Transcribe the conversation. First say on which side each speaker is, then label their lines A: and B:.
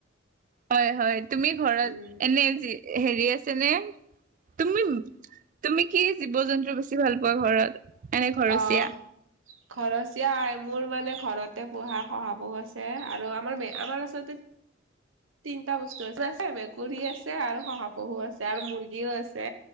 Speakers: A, on the right; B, on the right.
A: হয় হয় তুমি ঘৰত
B: উম
A: এনে যি হেৰি আছে নে, তুমি তুমি কি জীৱ-জন্তু বেছি ভাল পোৱা ঘৰত? এনে ঘৰচীয়া
B: অহ ঘৰচীয়া হয় মোৰ মানে ঘৰতে পূহা খহাপহু আছে আৰু আমাৰ মে আমাৰ আচলতে তিনটা বস্তু আছে আ মেকুুৰী আছে আৰু শহাপহু আছে আৰু মুৰ্গীও আছে।